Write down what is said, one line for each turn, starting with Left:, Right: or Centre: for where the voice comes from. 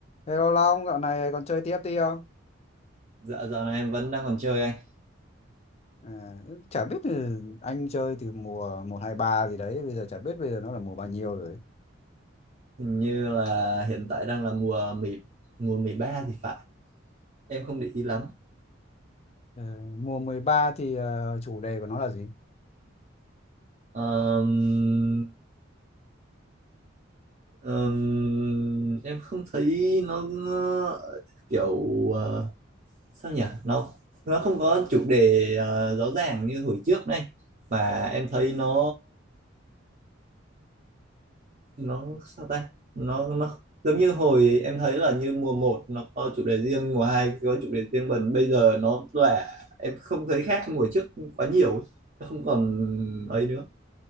Left: Hello Long, dạo này còn chơi tiếp đi không?
Right: Dạ dạo này em vẫn đang còn chơi anh
Left: À, chả biết từ anh chơi từ mùa một 2 3 gì đấy, bây giờ chả biết bây giờ nó là mùa bao nhiêu rồi.
Right: Hình như là hiện tại đang là mùa 10 mùa 13 thì phải em không để ý lắm
Left: Ờ, mùa 13 thì ờ, chủ đề của nó là gì?
Right: Ờm, ờm, em không thấy nó ờ, kiểu ờ, sao nhỉ nó nó không có chủ đề ờ, rõ ràng như hồi trước này mà em thấy nó nó sao ta nó nó giống như hồi em thấy là như mùa một nó có chủ đề riêng mùa 2 có chủ đề riêng bần bây giờ nó là em không thấy khác mùa trước quá nhiều nó không còn ấy nữa